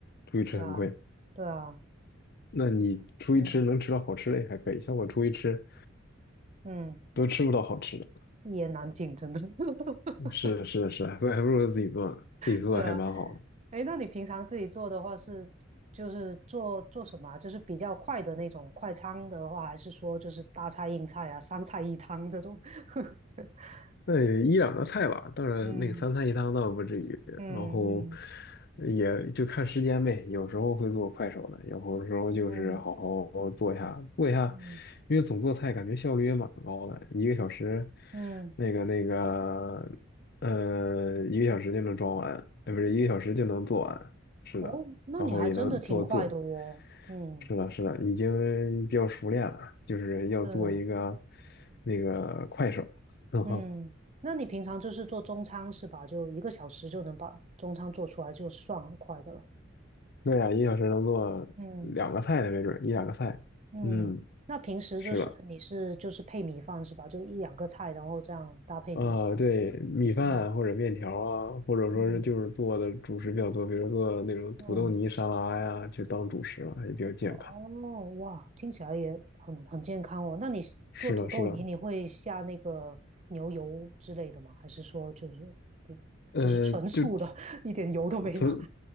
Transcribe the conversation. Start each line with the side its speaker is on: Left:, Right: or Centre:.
Left: 出去吃很贵，
Right: 对啊，对啊，
Left: 那你出去吃能吃到好吃的也还可以，
Right: 嗯
Left: 像我出去吃
Right: 嗯，
Left: 都吃不到好吃的，
Right: 一言难尽，真的。<laughs>
Left: 是的，是的，是的所以还不如自己做呢，自己做的还蛮好的。
Right: 是啊，哎，那你平常自己做的话是，就是做做什么啊就是比较快的那种快餐的话，还是说就是大菜硬菜啊，三菜一汤这种？<laughs>
Left: 那也一两个菜吧，当然那个三菜一汤倒不至于，
Right: 嗯嗯嗯
Left: 然后呃也就看时间呗，有时候会做快手的，有时候就是好好做一下做一下，
Right: 嗯嗯嗯。
Left: 因为总做菜感觉效率也蛮高的，一个小时，
Right: 嗯
Left: 那个那个，呃，一个小时就能装完，呃，不是一个小时就能做完，是的，
Right: 哦，那你还真的挺快的哦。
Left: 然后也能做做，
Right: 嗯，
Left: 是的，是的，已经比较熟练了，就是要做一个
Right: 嗯
Left: 那个快手。<laughs>
Right: 嗯，那你平常就是做中餐是吧？就一个小时就能把中餐做出来，就算很快的了。
Left: 对呀，一个小时能做两个菜呢，
Right: 嗯
Left: 没准儿一两个菜。
Right: 嗯，
Left: 嗯，
Right: 那平时就是你是就是配米饭是吧？
Left: 是的，
Right: 就一两个菜，然后这样搭配米饭。
Left: 呃，对，米饭或者面条啊，
Right: 嗯
Left: 或者说是就是做的主食比较多，
Right: 嗯
Left: 比如做那种土豆泥沙拉呀，
Right: 嗯，
Left: 就当主食了，也比较健康。
Right: 哦哇，听起来也很很健康哦。那你是做土豆泥，
Left: 是的，是的，
Right: 你会下那个牛油之类的吗？还是说就是不就是纯素的，
Left: 呃，就
Right: <laughs> 一点油都没有？
Left: 纯